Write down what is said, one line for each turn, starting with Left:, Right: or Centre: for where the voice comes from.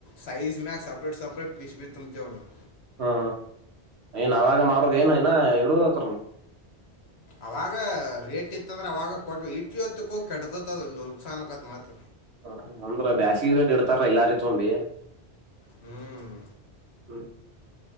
Left: ಸೈಜ್ ಮ್ಯಾಗ ಸಪ್ರೇಟ್ ಸಪ್ರೇಟ್ ಪೀಸ್ಬಿ ತುಂಬುತ್ತೆವು ನಾವು.
Right: ಹಾ ಏನ್ ಅವಾಗ ಮಾಡೋದು ಏನ್ ಇನ್ನ ಇಡುದ್ ಅದ್ರನ್.
Left: ಅವಾಗ ರೇಟ್ ಇತ್ತಂದ್ರೆ ಅವಾಗ ಕೊಟ್ ಇಟ್ ಹೊತ್ತಕ್ಕೂ ಕೆಡ್ದತ್ದ ನುಚ್ಚ ಆಕತ್ ಮತ್ತ.
Right: ಹ ಅಂದ್ರ ಬ್ಯಾಸಿಗೆ ಬ ಇಡ್ತಾರ ಇಲ್ಲಾರಿ ತೊಂಡಿ,
Left: ಹ್ಮ್.
Right: ಹ್ಮ್